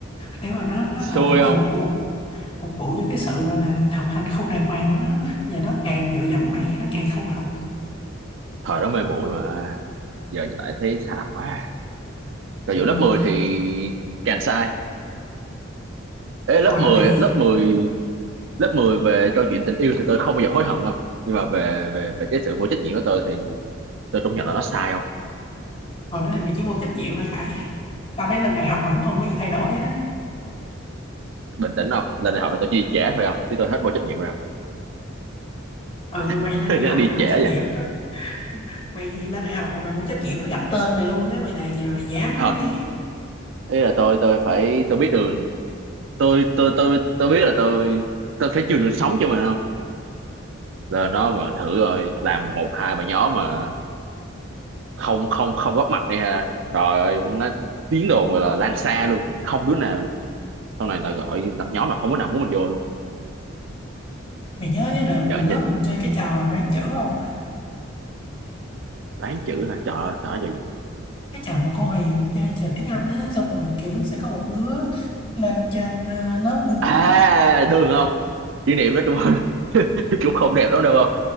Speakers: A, on the left (about 30°); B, on the right (about 65°).
A: để mà nó nó
B: xui
A: gọi là nó
B: không
A: phục vụ phục vụ cho cái sự gọi là học hành không đàng hoàng của nó và nó càng dựa dẫm mày nó càng không học
B: thời đó mê muội mà giờ nhìn lại thấy sai lầm quá rồi
A: ừ.
B: vụ lớp 10 thì càng sai Ê, lớp
A: hồi
B: 10
A: đó mày chỉ
B: lớp mười lớp 10 về câu chuyện tình yêu thì tôi không bao giờ hối hận không nhưng mà về về về cái sự vô trách nhiệm của tôi thì tôi công nhận là nó sai không
A: hồi đó thì mày chỉ vô trách nhiệm thôi Khải tao thấy lên đại học mày cũng không có gì thay đổi hết á
B: bình tĩnh không lên đại học là tôi chỉ đi trễ thôi không chứ tôi hết vô trách nhiệm rồi
A: ừ
B: không
A: mày lên đại
B: <laughs>
A: học
B: Nó đi
A: mày vô
B: trễ
A: trách nhiệm
B: vậy
A: đó mày lên đại học mày vô trách nhiệm nó gặp tên mày luôn á mày làm gì mà mày dám
B: thật
A: nói vậy á
B: ý là tôi tôi phải tôi biết đường tôi tôi tôi tôi biết là tôi tôi phải chừa đường sống cho mình không là nó mà thử rồi làm một hai bài nhỏ mà không không không góp mặt đi ha trời ơi nó tiếng đồn gọi là lan xa luôn không đứa nào sau này là gọi lập nhóm là không có nào muốn mình vô luôn
A: mày nhớ cái đợt
B: giờ
A: mà lớp
B: nhìn
A: mình chơi cái trò đoán chữ không
B: toán chữ hả trời ơi trời ơi trời gì
A: cái trò mà cô Huyền chơi trò tiếng Anh á xong rồi kiểu sẽ có một đứa lên trên ờ, lớp đứng
B: à đừng không kỷ niệm đó chung <laughs> cũng không đẹp lắm đâu không